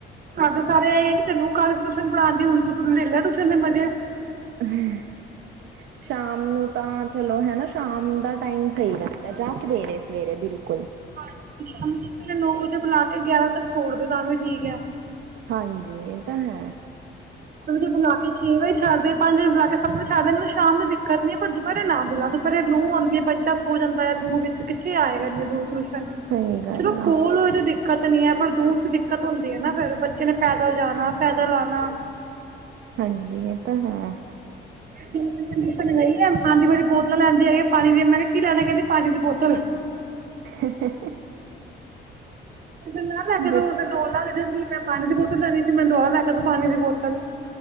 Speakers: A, on the right (about 45°); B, on the right (about 70°).
A: ਘਰਦੇ ਸਾਰੇ ਏਈ ਸੀ ਤੈਨੂੰ ਘਾਰ'ਚ ਟਿਊਸ਼ਨ ਪੜਾਂਦੀ ਹੁਣ ਤੁ ਲੇਲੇ ਟਿਊਸ਼ਨ ਦੇ ਮਜ਼ੇ।
B: ਹ ਸ਼ਾਮ ਨੂੰ ਤਾਂ ਚਲੋ ਹੈਨਾ ਸ਼ਾਮ ਦਾ ਟਾਈਮ ਸਹੀ ਰਹਿੰਦਾ। ਜਾਂ ਸਵੇਰੇ-ਸਵੇਰੇ ਬਿਲਕੁਲ।
A: ਹਾਂਜੀ, ਸ਼ਾਮ ਤ ਸਵੇਰੇ ਨੌ ਵਜੇ ਬੁਲਾਕੇ, ਗਿਆਰਾਂ ਤੱਕ ਛੋੜਦੇ ਤਾਂ ਵੀ ਠੀਕ ਹੈ।
B: ਹਾਂਜੀ, ਇਹ ਤਾਂ ਹੈ।
A: ਜੇ ਬੁਲਾਕੇ ਛੇ ਵਜੇ ਛੱਡਦੇ, ਪੰਜ ਵਜੇ ਬੁਲਾਕੇ ਸੱਤ ਵਜੇ ਛੱਡਦੇ, ਮੈਂਨੁ ਸ਼ਾਮ ਨੂੰ ਦਿੱਕਤ ਨੀ ਪਰ ਪਰ ਨਾ ਬੁਲਾ ਦੂ ਪਰ ਇਹ ਲੂਹ ਹੋਂਦੀ ਏ, ਬੱਚਾ ਸੋ ਜਾਂਦਾ ਏ ਦੁਹ ਵਿੱਚ ਕਿੱਥੇ ਆਇਗਾ ਇੰਨੀ ਦੂਰ। ਟਿਉਸ਼ਨ।
B: ਸਹੀ ਗੱਲ
A: ਚਲੋ,
B: ਆ
A: ਕੋਲ ਹੋਏ ਤੇ ਦੇਖ ਦਿੱਕਤ ਨੀ ਹੈ, ਪਰ ਦੂਰ'ਚ ਦਿੱਕਤ ਹੁੰਦੀ ਹੈ ਨਾ ਫਿਰ, ਬੱਚੇ ਨੇ ਪੈਦਲ ਜਾਣਾ, ਪੈਦਲ ਆਣਾ।
B: ਹਾਂਜੀ, ਇਹ ਤਾ ਹੈ।
A: ਕੰਡੀਸ਼ਨ ਨਹੀਂ ਨਾ ਆਂਦੀ, ਮੇਰੀ ਬੋਤਲ ਲੈਂਂਦੀ ਹੈਗੀ ਹੈ ਪਾਣੀ ਦੀਆਂ, ਮੈਂ ਕਿਹਾ ਕੀ ਲੈਣਾ ਕਹਿੰਦੀ ਪਾਣੀ ਦੀ ਬੋਤਲ।
B: ਹੇਂਹੇਂਹੇਂ
A: ਟਿਫੀਨ ਨਾ ਲੈਕੇ
B: ਬੱਚ
A: ਦੋ ਓਸ ਦਿਨ ਰੋਨ ਲੱਗ ਜਾਂਦੀ ਏ, ਮੈਂ ਪਾਣੀ ਦੀ ਬੋਤਲ ਲੈਣੀ, ਮੈਂਨੁ ਆ ਲੈਕੇ ਦੋ ਪਾਣੀ ਦੀ ਬੋਤਲ।